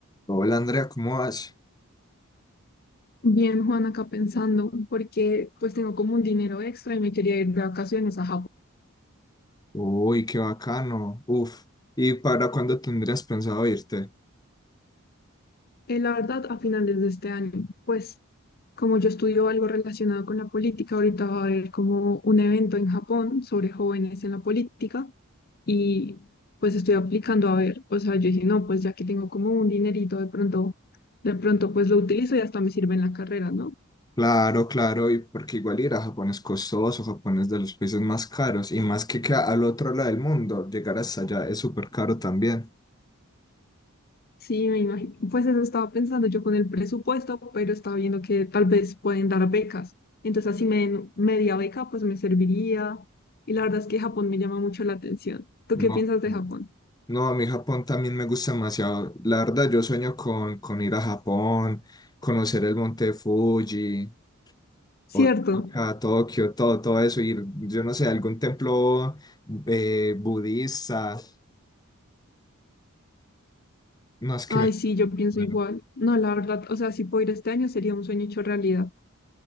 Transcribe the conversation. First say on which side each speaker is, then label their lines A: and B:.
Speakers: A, on the left; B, on the left.
A: Hola Andrea, ¿cómo vas?
B: Bien, Juan, acá pensando, porque pues tengo como un dinero extra y me quería ir de vacaciones a Japón.
A: Uy, qué bacano. Uf. ¿Y para cuándo tendrías pensado irte?
B: Eh, la verdad, a finales de este año, pues como yo estudio algo relacionado con la política, ahorita va a haber como un evento en Japón sobre jóvenes en la política y pues estoy aplicando a ver, o sea, yo dije, no, pues ya que tengo como un dinerito de pronto, de pronto pues lo utilizo y hasta me sirve en la carrera, ¿no?
A: Claro, claro, y porque igual ir a Japón es costoso, Japón es de los países más caros, y más que, que al otro lado del mundo, llegar hasta allá es súper caro también.
B: Sí, me imagino. Pues eso estaba pensando yo con el presupuesto, pero estaba viendo que tal vez pueden dar becas. Entonces, así me den media beca, pues me serviría. Y la verdad es que Japón me llama mucho la atención. ¿Tú
A: No,
B: qué piensas de
A: claro.
B: Japón?
A: no, a mí Japón también me gusta demasiado. La verdad, yo sueño con, con ir a Japón, conocer el monte Fuji,
B: Cierto.
A: Osaka, Tokio, todo, todo eso, ir, yo no sé, a algún templo eh, budista No, es que
B: Ay,
A: me,
B: sí, yo pienso
A: bueno,
B: igual. No, la verdad, o sea, si puedo ir este año sería un sueño hecho realidad.